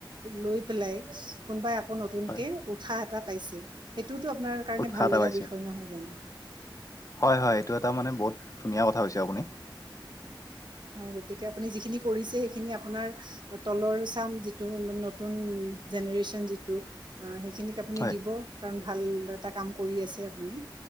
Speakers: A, on the right; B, on the left.
A: লৈ পেলাই কোনোবাই আকৌ নতুনকে
B: হয়
A: উৎসাহ এটা পাইছে। সেইটোওতো আপোনাৰ কাৰণে
B: উৎসাহ
A: ভাল
B: এটা
A: লাগা
B: পাইছে।
A: বিষয় নহয় জানো?
B: হয়। হয়। এইটো এটা মানে বহুত ধুনীয়া কথা হৈছে আপুনি।
A: হয়। গতিকে আপুনি যিখিনি কৰিছে সেইখিনি আপোনাৰ তলৰ চাম যিটো নতুন জেনেৰেশ্বন যিটো সেইখিনিক আপুনি
B: হয়
A: দিব। কাৰণ ভাল এটা কাম কৰি আছে আপুনি।